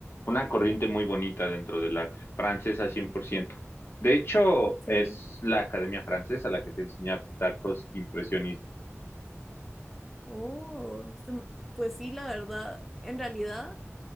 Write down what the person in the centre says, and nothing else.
Sí.
Oh, es de- pues sí, la verdad, en realidad.